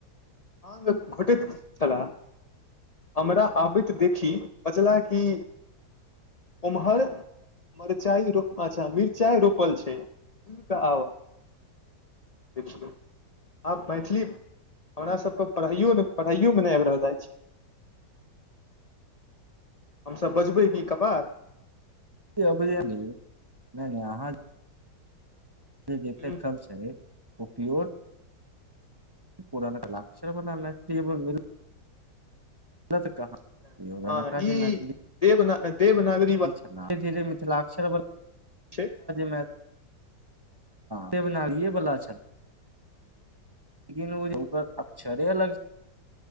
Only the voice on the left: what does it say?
मग घटैत छलाह। हमरा आबैत देखी पचला कि। उम्हर मिरचाईो अच्छा मिरचाई रोपल छै। आ देखा। आब मैथिली हमर सभके पढ़ाइओ नहि पढ़ाइओमे नहि आबि रहल अछि
हमसभ बजबै कि कपार
हूं
हूं
हँ
ई
देवना देवनागर
छै